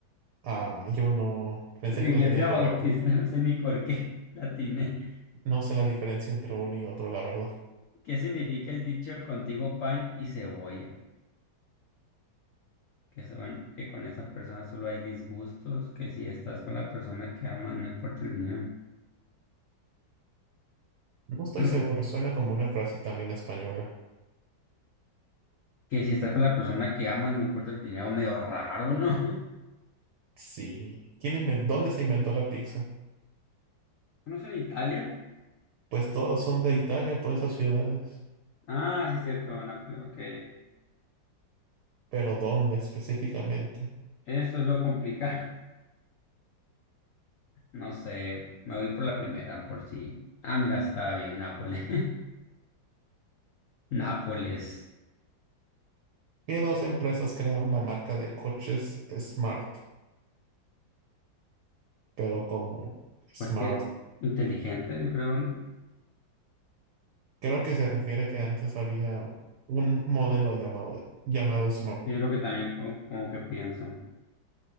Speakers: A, on the right (about 70°); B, on the left (about 80°).
A: Ah, yo no pensé
B: Iglesia
A: que la tenía correcta.
B: Bautista, no sé ni por qué. Latiné.
A: No sé la diferencia entre uno y otro, la verdad.
B: ¿Qué significa el dicho contigo pan y cebolla? Que son que con esa persona solo hay disgustos, que si estás con la persona que amas, no importa el dinero.
A: No estoy
B: No,
A: seguro, suena como una frase también española.
B: Que si estás con la persona que amas, no importa el dinero, medio raro, ¿no? <laughs>
A: Sí. ¿Quién inven- ¿Dónde se inventó la pizza?
B: ¿No es en Italia?
A: Pues todas son de Italia, todas esas ciudades.
B: Ah, sí, cierto, Nápoles, ok.
A: Pero ¿dónde específicamente?
B: Eso es lo complicado. <laughs> No sé, me voy por la primera, por si. Ah, mira, sí estaba bien, Nápoles. <laughs> Nápoles.
A: ¿Qué dos empresas crearon la marca de coches Smart? Pero como Smart,
B: Coches inteligentes, yo creo, ¿no? Yo
A: creo que se refiere a que antes había un modelo llamado, llamado Smart,
B: creo que también po- como que pienso.